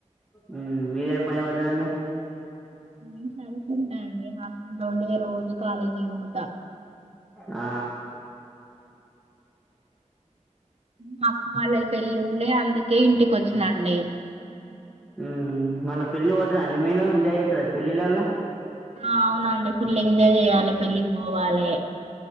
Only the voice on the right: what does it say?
నేను చదువుకుంటాండి హాస్టల్లోనే రోజు కాలేజీ కి పోత
మా అక్క వాళ్ళ పెళ్ళి ఉండి అందుకే ఇంటికొచ్చినండి
ఆ అవునండి ఫుల్ ఎంజాయ్ చెయ్యాలె పెళ్ళికి పోవాలె